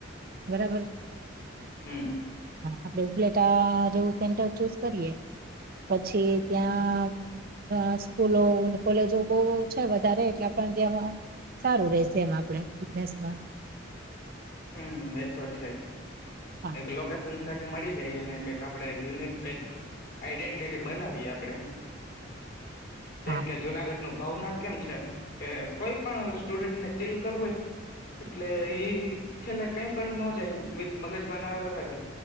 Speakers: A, on the right; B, on the left.
A: બરાબર
B: હમ
A: હા આપડે ઉપલેટા જેવું સેન્ટર ચૂઝ કરીએ પછી ત્યાં <unintelligible> સ્કૂલો કોલેજો બહ છે વધારે એટલા પણ ત્યાં સારું રેશે એમ આપડે બગનેસમાં
B: હમ એ તો છે
A: હા
B: એક લોકેશન મળી જઈ અને કક આપણેે યુનિક કઈક આઈડેન્ટિટી બનાવીએ આપણેે જેમ
A: હા
B: કે જુનાગઢ નું ભાવનાથ કેમ છે કે કોઈ પણ સ્ટુડન્ટને ચીલ કરવું એ એટલે એ છેલ્લે કઈ પણ ન જાય મગજમાં ના આવે